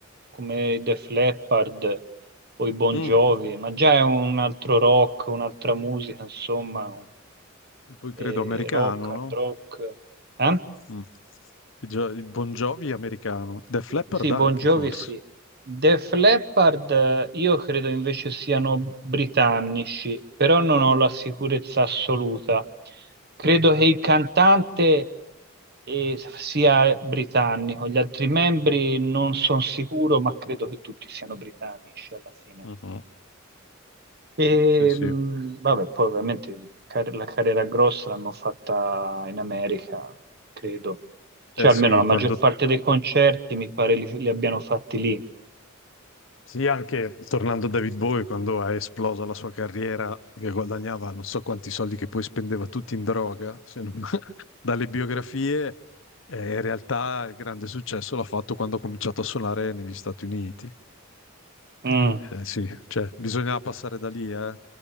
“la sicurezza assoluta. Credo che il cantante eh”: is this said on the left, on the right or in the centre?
Right